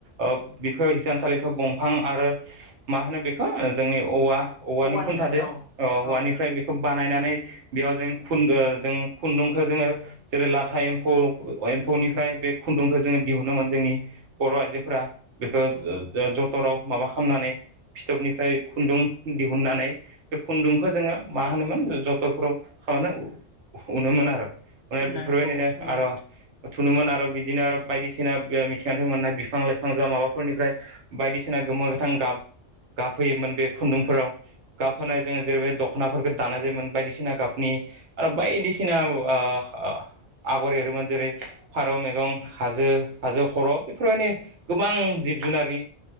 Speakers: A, on the right; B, on the left.
A: ओ बिफोर हिसानसालि खो बंफां आरो मा होनो बेखो जोंनि औवा औवानि
B: औवानिफ्राय
A: खुनथादो
B: औ
A: ओ औवानिफ्राय
B: औ
A: बेखौ बानायनानै बेयाव जों खुन ओ जों खुन्दुंखौ जोङो जेरै लाथा एम्फौ एम्फौनिफ्राय बे खुन्दुंखौ जोङो दिहुनोमोन जोंनि बर' आइजोफोरा। बेखो
B: नंगौ
A: ओ टराव माबा खामनानै फिथोबनिफ्राय खुन्दुं दिहुननानै बे खुन्दुंखौ जोङो मा होनोमोन जथरफोराव खालामनो उनोमोन आरो। माने
B: थुनना
A: बेफोरबायदिनो
B: औ थुनोमोन
A: आर थुनोमोन आरो बि दिनो आरो
B: औ
A: बायदिसिना <unintelligible> मोननाय बिफां लाइफां जा माबाफोरनिफ्राय बायदिसिना गोमो गोथां गाब गाबहोयोमोन बे खुन्दुंफोराव गाबहोनाय जोङो जेरैबायदि दख'नाफोरखौ दानाय जायोमोन बायदिसिना गाबनि आरो बायदिसिना <unintelligible> आगर एरोमोन जेरै फारौ मैगं हाजो हाजो खर' बेफोरबायदि गोबां जिब जुनारनि